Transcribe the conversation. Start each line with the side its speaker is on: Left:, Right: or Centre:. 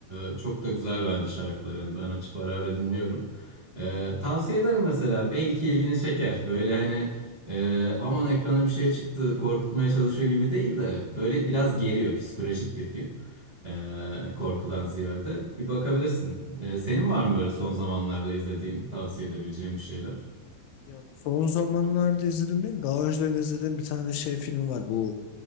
Right: Ee, çok da güzel bence şarkıları. Hani ben açıp ara ara dinliyorum. Ee, tavsiye ederim mesela. Belki ilgini çeker. Böyle hani e, aman ekrana bir şey çıktı korkutmaya çalışıyor gibi değil de böyle biraz geriyor. Psikolojik bir film. Ee, korkudan ziyade. Bir bakabilirsin. Ee, senin var mı böyle son zamanlarda
Left: Bunları izliyorum.
Right: izlediğin tavsiye edebileceğin bir şeyler?
Left: Ya son zamanlarda izledim değil, daha önceden izlediğim bir tane şey film var bu